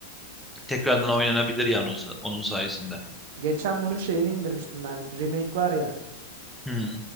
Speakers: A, in the centre; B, on the right (about 60°).
A: Tekrardan oynanabilir yani onun, sa- onun sayesinde.
B: Geçen bunun şeyini indirmiştim ben. Remake var ya.
A: Hmm,